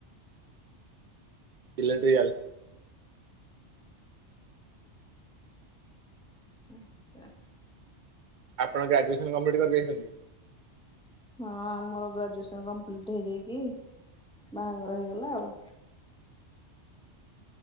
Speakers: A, on the right; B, in the centre.
A: ଇଲେଟ୍ରିକାଲ।
B: ଆଚ୍ଛା।
A: ଆପଣ ଗ୍ରାଜୁଏସନ କମ୍ପ୍ଲିଟ କରିଦେଇଛନ୍ତି।
B: ହଁ ମୋର ଗ୍ରାଜୁଏସନ୍ କମ୍ପ୍ଲିଟ୍ ହେଇଯାଇକି ବାହାଘର ହେଇଗଲା ଆଉ